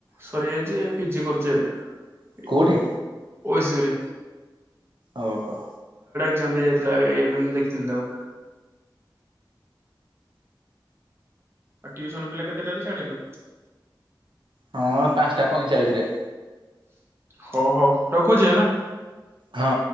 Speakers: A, on the right (about 30°); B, on the right (about 75°).
A: ସରିଯାଇଛି ପିଜି କରୁଛି ଏବେ।
B: କୋଉଠି?
A: ଓ ଏସିବି ରେ।
B: ଓହୋ।
A: ଏଜ୍ଜାମ୍ ଦେଇ ଯାଇଥିଲା ଏବେ ମୁଁ ଦେଖ ଥିଲି ତାକୁ। ଆଉ ଟିଉସନ ପିଲା କେତେଟାରେ ଛାଡିଲୁ?
B: ହଁ ପାଞ୍ଚଟା ପଇଁଚାଳିଶ ରେ।
A: ହଉ ହଉ ରଖୁଛି ହେଲା।
B: ହଁ।